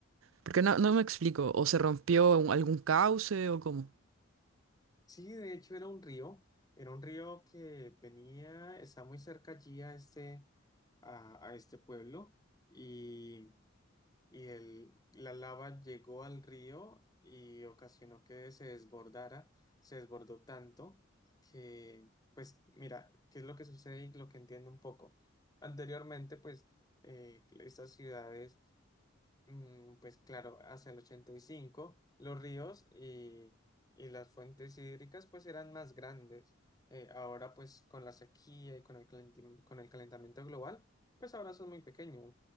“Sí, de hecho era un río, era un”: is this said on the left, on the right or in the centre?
Left